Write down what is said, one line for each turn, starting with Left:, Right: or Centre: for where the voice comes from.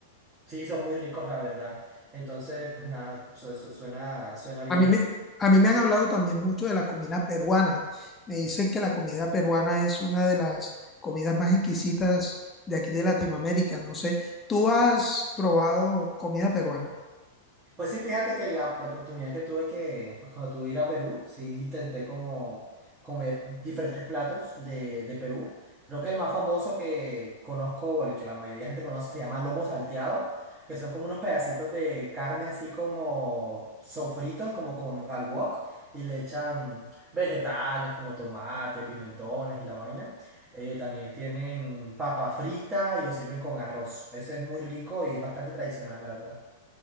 Right: Sí, son muy ricos, la verdad. Entonces, pues nada, su- su- suena, suena bien.
Left: A mí me, a mí me han hablado también mucho de la comida peruana. Me dicen que la comida peruana es una de las comidas más exquisitas de aquí de Latinoamérica. No sé, ¿tú has probado comida peruana?
Right: Pues sí, fíjate que la, la oportunidad que tuve que, pues cuando tuve que ir a Perú, sí intenté como comer diferentes platos de, de Perú. Creo que el más famoso que conozco o el que la mayoría de gente conoce se llama lomo salteado, que son como unos pedacitos de carne así como sofritos, como con al wok, y le echan vegetales como tomate, pimentones y la vaina. Eh, también tienen papa frita y lo sirven con arroz. Ese es muy rico y es bastante tradicional, la verdad.